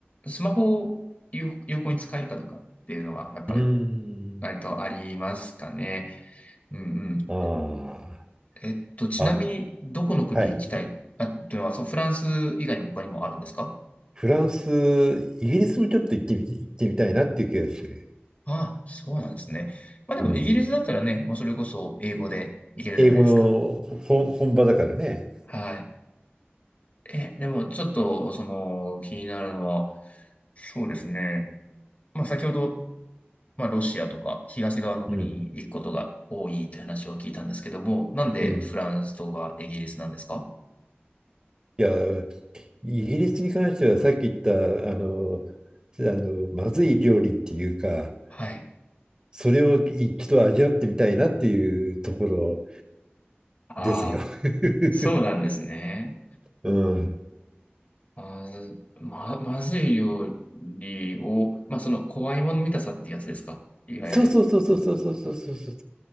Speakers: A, on the left; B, on the right.
A: スマホを有、有効に使えるかどうかっていうのが、やっぱり、
B: うーん。
A: 割とありますかね。うんうん。
B: あ
A: えっと、ちなみに、
B: あ。あ、
A: どこの国に行きたいあ、
B: はい。
A: というのは、そう、フランス以外にも他にもあるんですか
B: フランス、イギリスもちょっと行ってみ、行ってみたいなっていう気がする。
A: ああ、そうなんですね。まあでも、
B: うん。
A: イギリスだったらね、もうそれこそ英語で行けるじゃないですか。
B: 英語のほ本場だからね。
A: はい。え、でも、ちょっと、その、気になるのは、そうですね。まあ、先ほど、まあ、ロシアとか東側の国に行くことが多いという話を聞いたんですけども、
B: うん。
A: なんでフランスとかイギリスなんですか
B: うん。いや、イギリスに関してはさっき言った、あの、あの、まずい料理っていうか、
A: はい。
B: それを一度味わってみたいなっていうところ
A: ああ、
B: ですよ。<laughs>
A: そうなんですね。
B: うん。
A: まず、ま、まずい料理を、まあ、その、怖いもの見たさってやつですかいわゆる。
B: そうそうそうそうそうそうそうそうそう。